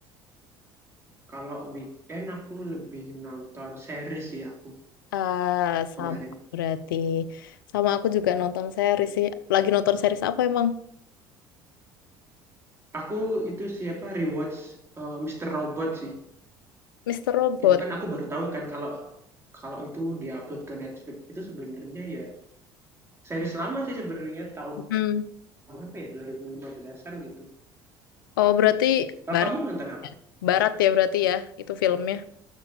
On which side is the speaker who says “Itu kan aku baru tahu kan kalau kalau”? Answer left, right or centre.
Right